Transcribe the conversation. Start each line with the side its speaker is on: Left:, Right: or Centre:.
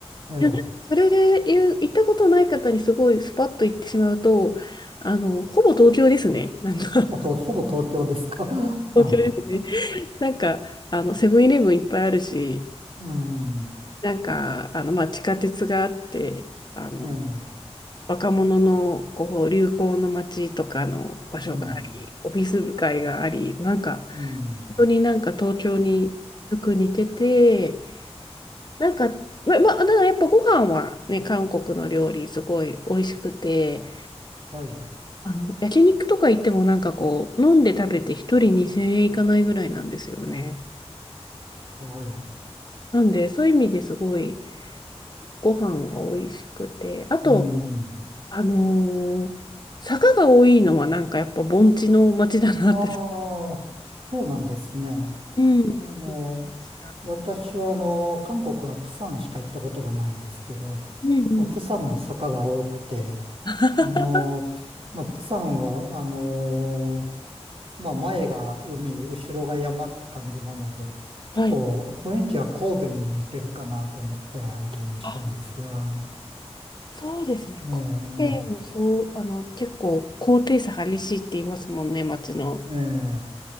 Right: ええや
Left: いやなんかそれで言う行ったことない方にすごいスパッと行ってしまうと、あの、ほぼ東京ですね。なんか
Right: と、ほぼ東ほぼ東京ですか。
Left: <laughs>
Right: <laughs>
Left: 東京ですね。なんか、あの、セブンイレブンいっぱいあるし、
Right: うん。うん
Left: なんか、あの、まあ、地下鉄があって、あの、
Right: ええー
Left: 若者のこう流行の街とかの場所があり、
Right: うん。
Left: オフィス街があり、なんか
Right: うん。
Left: 本当になんか東京によく似てて、なんか、ま、ま、だからやっぱご飯はね、韓国の料理すごい美味しくて、
Right: はい。
Left: あの、焼肉とか行ってもなんかこう、飲んで食べて一人2000円いかないぐらいなんですよね。
Right: はい。
Left: なんで、そういう意味ですごいご飯が美味しくて、あと、
Right: うん。
Left: あのー坂が多いのはなんかやっぱ盆地の街だなって
Right: ああ、そうなんですね。
Left: うん。うんました。
Right: あの、私はあの、韓国は釜山しか行ったことがないんですけど、
Left: うんうん。
Right: もう釜山も坂が多くて、
Left: <laughs>
Right: あの、まあ、釜山は、あの、まあ、前が海、後ろが山って感じなので、結構雰囲気は神戸に似てるかなと思ったりもしたんですが、
Left: はい。あ、そうですね。
Right: ええね、
Left: コペンもそう、あの、結構高低差激しいって言いますもんね、街の。
Right: ええ